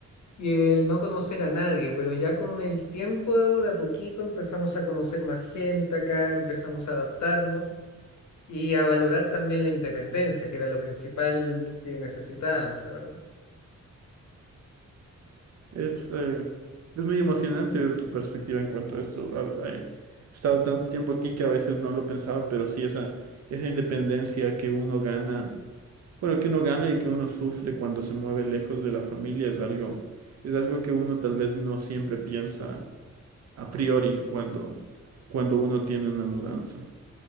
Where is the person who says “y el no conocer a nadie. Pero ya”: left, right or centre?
Left